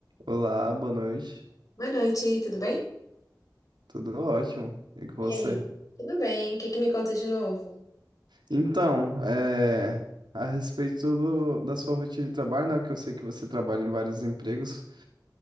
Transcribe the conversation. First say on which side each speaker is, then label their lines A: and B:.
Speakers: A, on the right; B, on the left.
A: Olá, boa noite.
B: Boa noite, tudo bem?
A: Tudo ótimo. E com
B: E
A: você?
B: aí? Tudo bem, o que que me conta de novo?
A: Então, é, a respeito do- da sua rotina de trabalho, né, que eu sei que você trabalha em vários empregos,